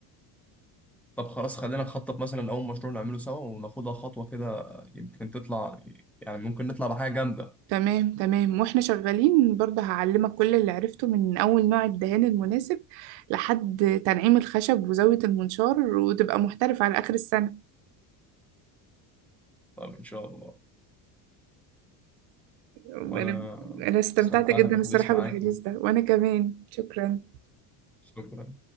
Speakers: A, in the centre; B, on the right (about 75°).
A: طب خلاص خلينا نخطط مثلا أول مشروع نعمله سوا وناخدها خطوة كده يمكن تطلع يعني ممكن نطلع بحاجة جامدة
B: تمام تمام واحنا شغالين برضه هعلمك كل اللي عرفته من أول نوع الدهان المناسب لحد تنعيم الخشب وزاوية المنشار وتبقى محترف على آخر السنة
A: طب إن شاء الله
B: وانا
A: وأنا
B: انا استمتعت
A: استمتعت
B: جدا
A: بالحديث
B: الصراحة
A: معاك
B: بالحديث ده وانا كمان شكرا
A: شكرا